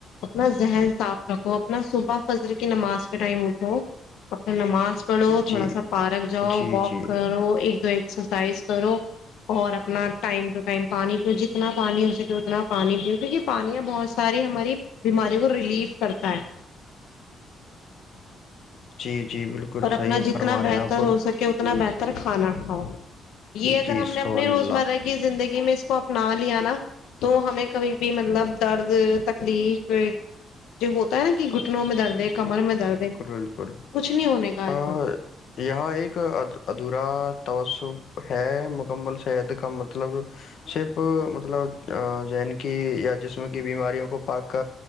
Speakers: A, on the left (about 85°); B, on the left (about 65°).
A: اپنا ذہن صاف رکھو اپنا صبح فضر کی نماز کے ٹائم اٹھو اپنا نماز پڑو تھوڑا
B: جی
A: سا پارک جاؤ
B: جی
A: واک
B: جی
A: کرو ایک دو ایک ایکسرسائز کرو اور اپنا ٹائم ٹو ٹائم پانی پیو جتنا پانی ہو سکے اتنا پانی پیو کیونکہ پانیاں بہت ساری ہماری بیماریوں کو ریلیف کرتا ہے
B: جی جی بالکل
A: اور اپنا
B: صحیح
A: جتنا
B: فرما
A: بہتر
B: رہے ہیں آپ
A: ہو سکے اتنا بہتر کھانا کاؤ یہ اگر
B: جی
A: ہم نے
B: سبحان
A: اپنے روزمرہ
B: اللہ
A: کی زندگی میں اس کو اپنا لیا نا تو ہمیں کبھی بھی مطلب درد تکلیف جو ہوتا ہے نا کہ گھٹنوں میں درد ہے کمر میں درد
B: بالکل
A: ہے
B: بالکل
A: کچھ نہیں ہونے کا ایسا
B: ا یہاں ایک ادھورا توس س ہے مکمل صحت کا مطلب صرف مطلب ذہن کی یا جسم کی بیماریوں کو پاک